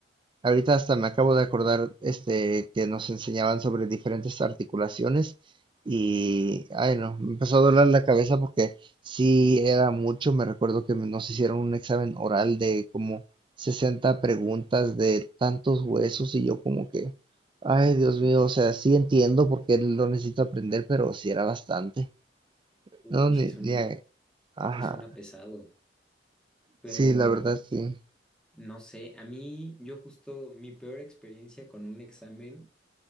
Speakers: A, on the right; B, in the centre.
A: ahorita hasta me acabo de acordar este que nos enseñaban sobre diferentes articulaciones y ay no, me empezó a doler la cabeza porque sí era mucho, me recuerdo que nos hicieron un examen oral de como 60 preguntas de tantos huesos y yo como que ay Dios mío, o sea, sí entiendo porque lo necesito aprender, pero sí era bastante. No,
B: Y
A: ni,
B: sí suena,
A: ni a- ajá.
B: sí suena pesado, pero
A: Sí, la verdad, sí.
B: no sé, a mí yo justo mi peor experiencia con un examen,